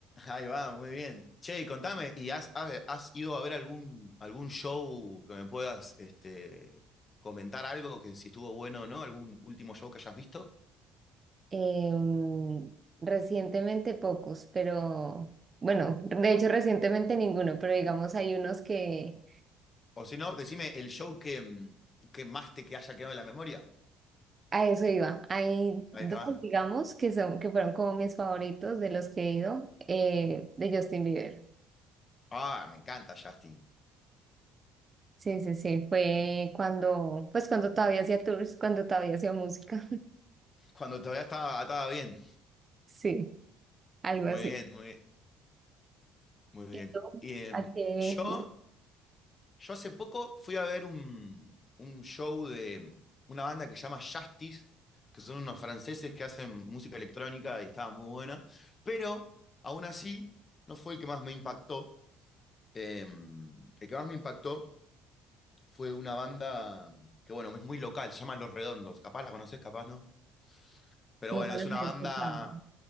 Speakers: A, on the left; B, on the right.
A: Ahí va, muy bien. Che, y contame, ¿y has, has- has ido a ver algún, algún show que me puedas este, comentar algo que si estuvo bueno o no? ¿Algún último show que hayas visto?
B: Em, recientemente pocos, pero bueno, de hecho recientemente ninguno, pero digamos hay unos que
A: O si no, decime el show que, mm, que más te que haya quedado en la memoria.
B: a eso iba. Hay
A: Ahí
B: dos,
A: va.
B: digamos, que son, que fueron como mis favoritos de los que he ido, eh, de Justin Bieber.
A: Ah, me encanta Justin.
B: Sí, sí, sí, fue cuando, pues cuando todavía hacía tours, cuando todavía hacía música. <laughs>
A: Cuando todavía estaba, estaba bien.
B: Sí, algo
A: Muy
B: así.
A: bien, muy, muy bien.
B: ¿Y tú?
A: Y em,
B: ¿A qué?
A: yo Yo hace poco fui a ver un, un show de una banda que se llama Justice, que son unos franceses que hacen música electrónica y estaba muy buena, pero aún así no fue el que más me impactó. Eh, el que más me impactó fue una banda que, bueno, es muy local, se llama Los Redondos. Capaz la conoces, capaz no. Pero
B: Nunca
A: bueno, es
B: los
A: una
B: he
A: banda,
B: escuchado.